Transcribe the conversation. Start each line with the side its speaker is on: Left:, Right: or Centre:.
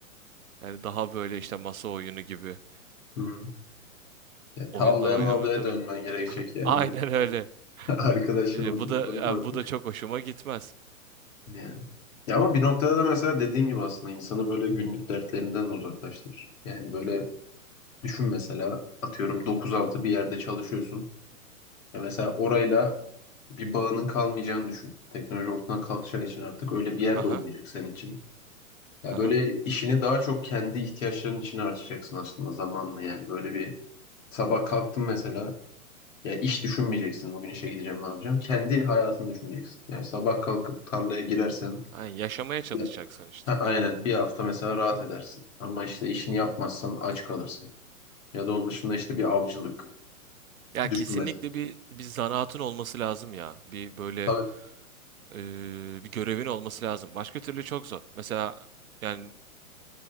Right: yani daha böyle işte masa oyunu gibi
Left: Hı. Ya,
Right: oyunlar
Left: tavlaya
Right: oynamak
Left: mavlaya
Right: tabii
Left: dönmen gerekecek
Right: <laughs>
Left: yani.
Right: aynen öyle.
Left: <laughs> Arkadaşımla
Right: Eee,
Left: toplanıp
Right: bu da yani
Left: artık.
Right: bu da çok hoşuma gitmez.
Left: Yani. Ya ama bir noktada da mesela dediğin gibi aslında insanı böyle günlük dertlerinden uzaklaştırır. Yani böyle Düşün mesela atıyorum 9-6 bir yerde çalışıyorsun. Ya mesela orayla bir bağının kalmayacağını düşün. Teknoloji ortadan kalkacağı için artık öyle bir yer
Right: Haha.
Left: de olmayacak senin için. Ya
Right: Haha.
Left: böyle işini daha çok kendi ihtiyaçların için harcayacaksın aslında zamanla yani. Böyle bir sabah kalktın mesela ya iş düşünmeyeceksin bugün işe gideceğim ne yapacağım. Kendi hayatını düşüneceksin. Yani sabah kalkıp tarlaya girersen
Right: Yani yaşamaya çalışacaksın
Left: ya,
Right: işte.
Left: ha, aynen bir hafta mesela rahat edersin. Ama işte işini yapmazsan aç kalırsın. Ya da onun dışında işte bir avcılık
Right: Ya
Left: düşün
Right: kesinlikle
Left: mesela
Right: bir bir zanaatın olması lazım ya. Bir böyle
Left: düşünmez.
Right: e, bir görevin olması lazım. Başka türlü çok zor. Mesela yani